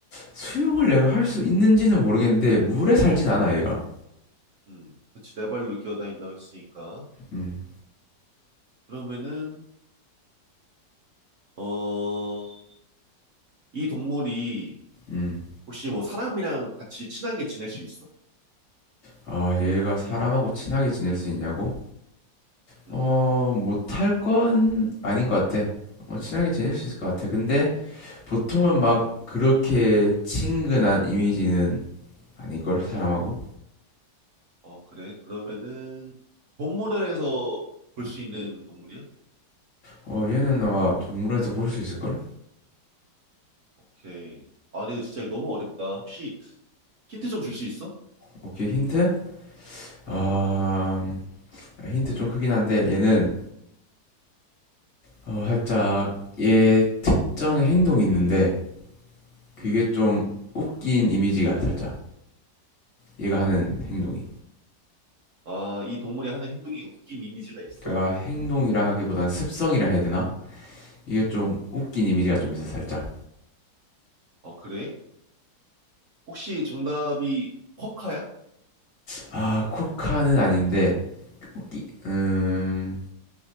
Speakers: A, on the left (about 60°); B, on the right (about 50°).
A: 수영을 내가 할 수 있는지는 모르겠는데 물에 살진 않아 얘가.
B: 음, 그치. 네 발로 기어다닌다고 했으니까.
A: 음,
B: 그러면은 어, 이 동물이
A: 음.
B: 혹시 뭐 사람이랑 같이 친하게 지낼 수 있어?
A: 아 얘가 사람하고 친하게 지낼 수 있냐고? 어
B: 음,
A: 못할 건 아닌 것 같아. 어, 친하게 지낼 수 있을 것 같아. 근데 보통은 막 그렇게 친근한 이미지는 아닐걸 사람하고.
B: 어, 그래. 그러면은 동물원에서 볼 수 있는 동물이야?
A: 어 얘는 아마 동물원에서 볼 수 있을걸?
B: 오케이. 아, 근데 이거 진짜 너무 어렵다. 혹시 힌트 좀 줄 수 있어?
A: 오케이 힌트? 아
B: 음,
A: 음, 힌트 좀 크긴 한데 얘는 어 살짝 얘 특정의 행동이 있는데 그게
B: 음.
A: 좀 웃긴 이미지가 살짝 얘가 하는 행동이
B: 아, 이 동물이 하는 행동이 웃긴 이미지가 있어.
A: 그러니까 행동이라 하기보단 습성이라 해야 되나 이게 좀 웃긴 이미지가 좀 있어 살짝
B: 아, 그래? 혹시 정답이 쿼카야?
A: 아 코카는 아닌데 웃기 음아